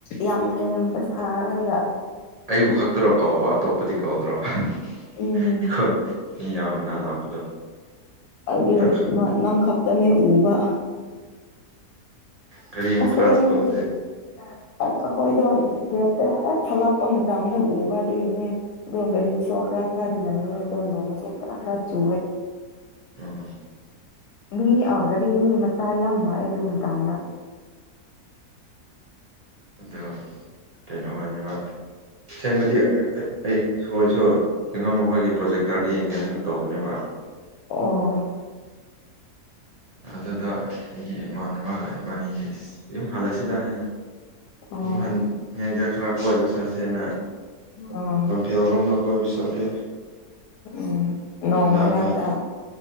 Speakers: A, on the left; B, on the right.
A: ꯌꯥꯝ ꯂꯦꯝꯕ ꯁꯥꯔꯒ
B: ꯑꯩꯕꯨ ꯈꯛꯇ꯭ꯔꯣ ꯀꯧꯕ ꯑꯇꯣꯞꯄꯗꯤ ꯀꯧꯗ꯭ꯔꯣ ꯑꯩꯈꯣꯏ
A: ꯎꯝ
B: ꯌꯥꯎꯕꯅꯥ ꯂꯥꯛꯄꯗꯣ
A: ꯍꯥꯏꯗꯤꯅꯪ
B: ꯅꯪ
A: ꯈꯛꯇꯅꯦ ꯎꯕ
B: ꯀꯔꯤ ꯃꯈꯥꯁꯨ
A: ꯑꯁꯦꯡꯕꯒꯤ
B: ꯀꯝꯗꯦ
A: ꯑꯩꯈꯣꯏꯗꯣ ꯒꯦꯠꯇ ꯍꯦꯛ ꯊꯠꯂꯛꯄ ꯃꯇꯝꯗ ꯎꯕ ꯑꯗꯨꯒꯤꯅꯦ ꯗꯒꯗꯤ ꯁꯣꯈꯔꯈ꯭ꯔꯗꯤꯂꯌꯦ ꯗꯣꯟꯅꯣꯡ ꯁꯣꯈꯔꯈ꯭ꯔ ꯆꯦ
B: ꯎꯝ ꯎꯝ
A: ꯃꯤ ꯒꯥꯔꯤꯒꯤ ꯃꯆꯥ ꯌꯥꯝ ꯂꯥꯛꯑꯦ ꯑꯗꯨ ꯃꯇꯗ
B: ꯑ ꯀꯩꯅꯣꯒꯅꯦꯕ ꯁꯦꯡꯕꯨꯗꯤ ꯑꯩ ꯑꯩ ꯁꯣꯏꯁꯨ ꯑꯉꯝ ꯃꯈꯣꯏꯒꯤ ꯄ꯭ꯔꯣꯖꯦꯛꯇꯔꯗ ꯌꯦꯡꯒꯦ ꯍꯥꯏꯅ ꯇꯧꯕꯅꯦꯕ
A: ꯑꯣ
B: ꯑꯗꯨꯗ ꯑꯩꯒꯤ ꯏꯃꯥꯟꯅꯕꯒ ꯏꯕꯥꯅꯤꯁꯤ ꯑꯗꯨꯝ ꯍꯥꯂꯁꯤꯗ ꯍ
A: ꯑꯣ
B: ꯌꯤꯡꯍꯜꯂꯤꯉꯩꯗ ꯈꯔ ꯀꯣꯏꯕ ꯆꯠꯁꯦꯅ
A: ꯑꯣ
B: ꯂꯝꯐꯦꯜ ꯔꯣꯝꯗ ꯀꯣꯏꯕ ꯆꯠꯂꯦ
A: ꯎꯝ ꯅꯣꯡ
B: ꯍꯜꯂꯛꯑꯒ
A: ꯃꯔꯅꯥꯛꯇ